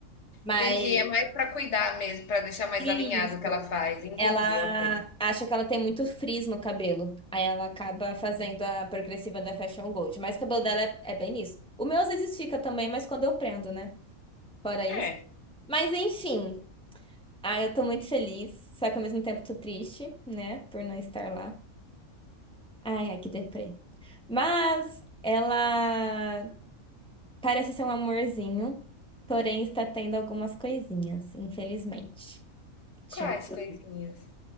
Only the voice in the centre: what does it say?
Mas.
Isso.
Ela
acha que ela tem muito frizz no cabelo. Aí ela acaba fazendo a progressiva da Fashion Gold. Mas o cabelo dela é, é bem nisso. O meu às vezes fica também, mas quando eu prendo, né? Fora
isso. Mas enfim. Ah, eu tô muito feliz. Só que ao mesmo tempo tô triste, né? Por não estar lá. Ai, ai, que deprê. Mas ela parece ser um amorzinho. Porém, está tendo algumas coisinhas, infelizmente. Tipo,